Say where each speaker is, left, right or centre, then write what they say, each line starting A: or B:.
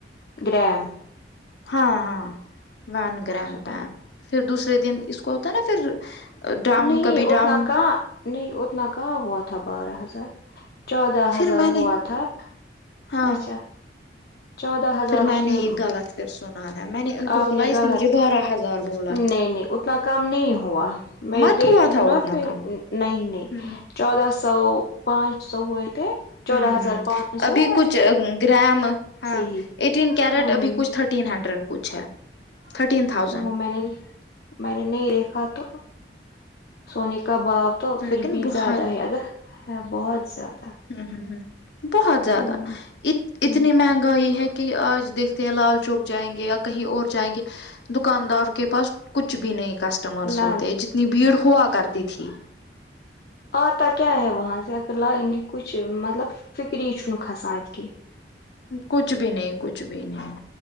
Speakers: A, on the left; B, on the left.
A: گرم
B: ہاں ہاں ون گرم
A: شباب
B: پم پھر دوسرے دن اس کو ہوتا ہے نا پھر ڈاؤن
A: نہیں
B: کبھی
A: اتنا
B: ڈاؤن
A: کہاں نہیں اتنا کہاں ہوا تھا بارہ ہزار چودودہ
B: پھر
A: ہزار
B: میں نے
A: ہوا تھا
B: ہاں
A: اچھا چودہ ہزار
B: پھر میں
A: اس نے
B: یہ غلط پھر سنا ہے میں ان کو
A: آپ
B: بولا
A: نے غلط
B: اس مجھے بارہ ہزار بولا
A: نہیں نہیں اتنا کام نہیں ہوا میں
B: مت
A: دیکھتی
B: ہوا تھا
A: ہوں نا
B: اتنا
A: پھر
B: کم
A: نہیں نہیں
B: ہوں
A: چودہ سو پانچ سو ہو تھے چودہ
B: ہوں
A: ہزار
B: ہوں
A: پانچ سو
B: ابھی کچھ گرام
A: ایسے
B: ہاں
A: ہی
B: ایٹین کیرٹ
A: ہوں
B: ابھی کچھ تھرٹین ہنڈریڈ کچھ ہے تھرٹین تھاؤزینڈ
A: وہ میں نے میں نے نہیں دیکھا تو سونی کا باغ تو پھر
B: لیکن
A: بھی
B: بہت
A: زیادہ ہیگا بہت زیادہ
B: ہ ہ ہ بہت زیادہ
A: ہوں
B: ا اتنی
A: ہوں
B: مہنگائی ہے کہ آج دیکھتے ہیں لال چوک جائیں گے یا کہیں اور جائیں گے دکاندار کے پاس کچھ بھی نہیںئی کسٹمرس
A: نہ
B: ہوتے جتنی بھیڑ ہوا کرتی تھی
A: آتاا کیا ہے وہاں سے اگر لاگ گی کچھ مطلب فکری چ ن کھان اتہ ک
B: کچھ بھی نہیں کچھ بھی نہیں